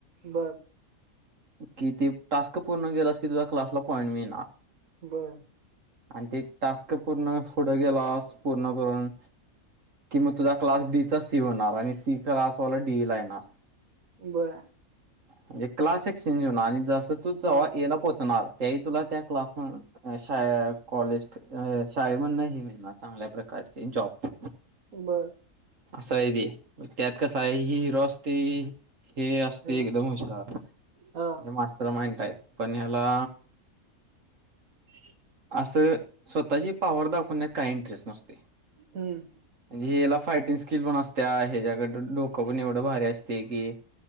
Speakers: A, on the right; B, on the right.
A: बर
B: कि ते टास्क पूर्ण गेलंस की तुझ्या क्लासला पॉइंट मिळणार
A: बरं
B: आणि ते टास्क पूर्ण पुढं गेलस पूर्ण करून. की मग तुझा क्लास डीचा सी होणार आणि सी क्लासवाला डी ला येणार.
A: बरं.
B: म्हणजे क्लास एक्सचेंज होऊन आणि जस तू ज्हा
A: हा
B: याला. तुला त्या क्लास कॉलेज शाळे म्हण. चांगल्या प्रकारचे जॉब
A: बरं
B: अससााय दे त्यात कस आहे हि रस्ते हे असते
A: हा
B: एकदम हुशार
A: हा
B: हे मास्टर माइंडाप पण याला
A: ह
B: असं स्वतःची पॉवर दाखवण्यात काय इंटरेस्ट नसते
A: हम्म
B: म्हणजे ह्याला फायटिंग स्किल पण असते ह्याच्याकडडेो क पण एवढं भारी असते की